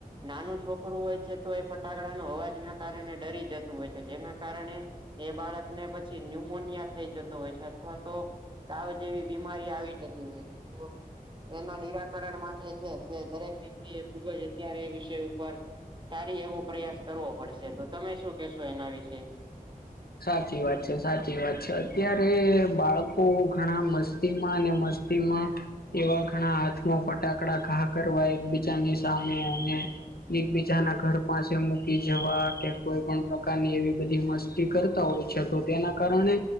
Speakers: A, on the right; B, on the left.
A: નાનું છોકરું હોય છે તો એ ફટાકડા નનો અવાજ ના કારણે ડરી જતું હોય છે જેના કારણે એ બાળકને પછી ન્યુમોનિયા થઈ જતો હોય છે અથવા તો તાવ જેવી બીમારી આવી જતી હોય છે તો એના નિરાકરણ માટે છે તે દરેક વ્યક્તિ એ ખુબ જ અત્યારે એ વિષય ઉપર સારી એવો પ્રયાસ કરવો પડશે તો તમે શું કેશો એના વિશે.
B: સાચી વાત છે સાચી વાત છે અત્યારે બાળકો ઘણા મસ્તી માં અને મસ્ત સ્તીમાં એવા ઘણા હાથમાં ફટાકડા ઘા કરવા એકબીજાની સામે અને એકબીજા ના ઘર પાસે મૂકી જવા કે કોઈ પણ પ્રકારની એવી બધી મસ્તી કરતા હોય છે તો તેના કારણે